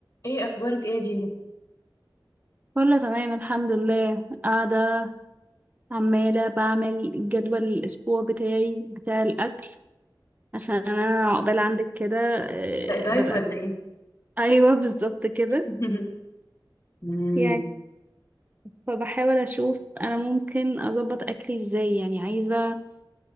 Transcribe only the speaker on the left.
ايه اخبارك ايه يا دينا
ده دايت
ولا ايه
<laughs> مم.